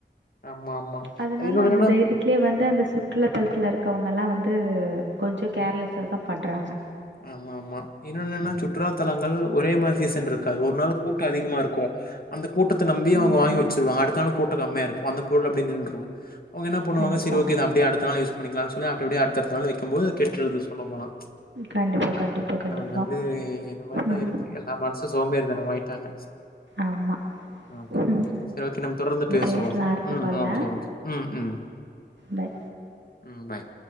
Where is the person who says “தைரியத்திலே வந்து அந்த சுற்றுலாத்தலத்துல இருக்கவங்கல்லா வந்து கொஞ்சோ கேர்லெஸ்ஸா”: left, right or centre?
Right